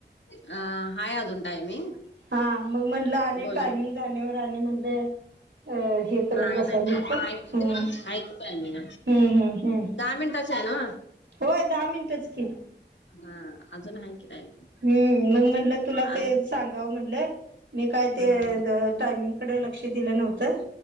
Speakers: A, on the left; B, on the right.
A: अ हाय अजून टायमिंग.
B: हा. मग म्हटलं आणि
A: बोला
B: टायमिंग झाल्यावर आणि म्हणल- अ हे करत
A: नाही
B: बसायला
A: नाही
B: नको.
A: हाय
B: हम्म.
A: हाय की टायमिंग
B: हम्म. हम्म. हम्म.
A: दहा मिनटाच ए ना?
B: होय दहा मिनिटच की.
A: हां. अजून आहे कि टायमिंग.
B: हम्. मग म्हणलं तुला ते
A: आज
B: सांगावं म्हणलं मी काय
A: हम्म
B: ते टायमिंग- -कडे लक्ष दिलं नव्हतं.